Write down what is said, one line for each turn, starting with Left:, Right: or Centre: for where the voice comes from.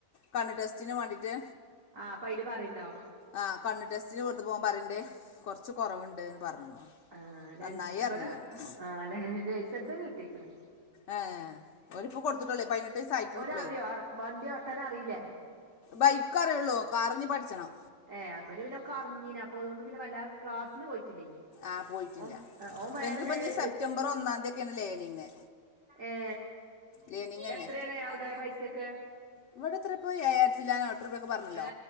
Left: കണ്ണ് ടെസ്റ്റിന് മാണ്ടിട്ട്
Right: ആഹ് അപ്പയില് പറിണ്ടോ
Left: ആ കണ്ണ് ടെസ്റ്റിന് കൊടുത്തപ്പോ ഓൻ പറയ്ണ്ട് കൊറച്ച് കൊറവുണ്ട്ന്ന് പറഞ്ഞു.
Right: ആഹ് ലെൻസ്
Left: നന്നായി
Right: ഇപടെ
Left: പറഞ്ഞു ഞാൻ
Right: ആഹ് ലൈസൻസ് കിട്ടിക്കണ്
Left: ഏ ഒനിപ്പ കൊടുത്തിട്ടുളേള പതിനെട്ട് വയസ്സ് ആയിട്ടുള്ളൂ
Right: ഓന്
Left: ഇപ്പളേ
Right: അറിയോ? വണ്ടി ഓട്ടാനറിയില്ലേ
Left: ബൈക്ക് അറിയൊള്ളു. കാർ ഇഞ് പഠിച്ചണം.
Right: ഏ അബനി പിന്നെ ഒക്ക അറിഞ്ഞീന അപ്പൊ അതുകൊണ്ട് പിന്നെ വല്ല ക്ലാസിന് പോയിട്ടില്ലേനി
Left: ആഹ് പോയിട്ടില്ല
Right: ഓൻ ആ, ഓൻ
Left: ഇവൻക്ക്‌പ്പനീ
Right: വേറെ നേരെ
Left: സെപ്റ്റംബർ
Right: എത്തി
Left: ഒന്നാം തീയ ഒക്കെയാണ് ലേണിങ്
Right: ഏ
Left: ലേണിങ് തന്നെ
Right: എത്രയാണ് അവിടെ പൈസൊക്കെ
Left: ഇവിടെ ഇത്ര പോയി എഴര്ത്തിചില്ലാനം എത്ര രൂപൊക്കെ പറഞ്ഞല്ലോ
Right: ഏ